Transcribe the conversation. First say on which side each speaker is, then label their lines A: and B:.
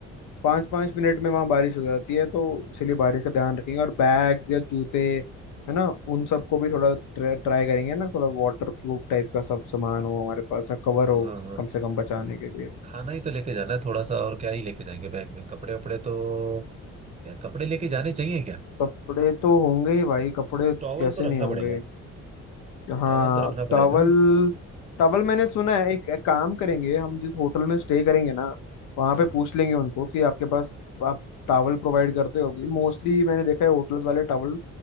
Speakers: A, on the left (about 85°); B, on the right (about 25°).
A: पाँच पाँच मिनट में वहां बारिश हो जाती है तो इसलिए बारिश का ध्यान रखेंगे और बैग्स या जूते है ना उन सबको भी थोड़ा ट्राई करेंगे ना थोड़ा वाटर प्रूफ टाइप का सब सामान हो हमारे पास कवर
B: हाँ
A: हो
B: हाँ हाँ
A: कम से कम बचाने के लिए
B: खाना ही तो लेके जाना है थोड़ा सा और क्या ही लेके जाएंगे बैग में कपड़े वपड़े तो यार कपड़े लेके जाने चाहिए क्या
A: कपड़े तो होंगे ही भाई कपड़े
B: टॉवल
A: कैसे
B: तो
A: नहीं
B: रखना
A: होंगे
B: पड़ेगा
A: हाँ
B: टॉवल तो रखना
A: टॉवल
B: पड़ेगा
A: टॉवल मैंने सुना है एक, एक काम करेंगे हम जिस होटल में
B: हाँ
A: स्टे करेंगे ना वहाँ
B: हाँ
A: पे पूछ
B: हाँ
A: लेंगे उनको कि आपके पास आप टॉवल प्रोवाइड करते होगी मोस्टली मैंने देखा है होटल्स वाले टॉवल